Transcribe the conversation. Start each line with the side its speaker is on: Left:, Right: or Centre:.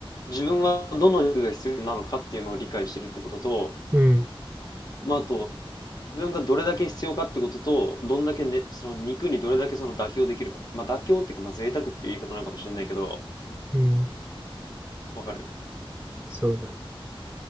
Left: 自分はどの肉が必要なのかっていうのを理解してるってことと、
Right: うん。
Left: まあ、あと、自分がどれだけ必要かってことと、どんだけね、その肉にどれだけその妥協できるか。まあ、妥協っていうか、まあ、贅沢っていう言い方なのかもしれないけど、
Right: うん。
Left: わかる。
Right: そうだね。